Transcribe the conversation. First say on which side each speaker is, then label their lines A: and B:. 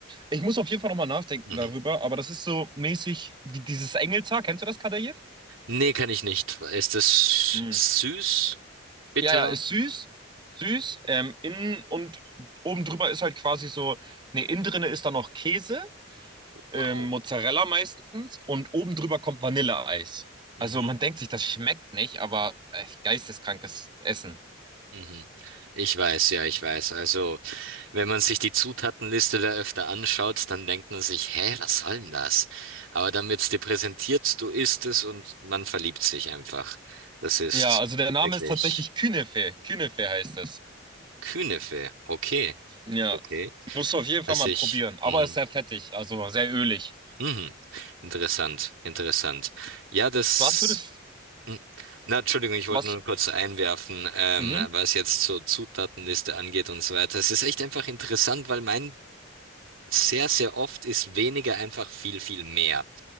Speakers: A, on the right; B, on the right.
A: Ich muss auf jeden Fall nochmal nachdenken
B: mhm.
A: darüber, aber das ist so mäßig wie dieses Engelshaar. Kennst du das, Kadaev?
B: Nee, kann ich nicht. Ist das
A: Mhm.
B: süß, bitter?
A: Ja, ja, ist süß. Süß. Ähm, innen und oben drüber ist halt quasi so, nee, innen drinne ist dann noch Käse,
B: Wow.
A: ähm, Mozzarella meistens, und oben drüber kommt Vanilleeis.
B: Mhm,
A: Also man denkt sich, das schmeckt nicht, aber echt geisteskrankes Essen.
B: mhm. Ich weiß, ja, ich weiß. Also, wenn man sich die Zutatenliste da öfter anschaut, dann denkt man sich, hä, was soll denn das? Aber dann wird's dir präsentiert, du isst es und man verliebt sich einfach. Das ist
A: Ja, also der Name
B: wirklich
A: ist tatsächlich Künefe. Künefe heißt es.
B: Künefe. Okay,
A: Ja,
B: okay.
A: musst du auf jeden
B: Also
A: Fall mal probieren.
B: ich,
A: Aber
B: mhm,
A: ist sehr fettig, also sehr ölig.
B: mhm. Interessant, interessant. Ja, das,
A: Was würdest,
B: mhm. na, Entschuldigung, ich wollte
A: was,
B: nur kurz einwerfen, ähm,
A: mhm,
B: was jetzt so Zutatenliste angeht und so weiter. Es ist echt einfach interessant, weil mein sehr, sehr oft ist weniger einfach viel, viel mehr.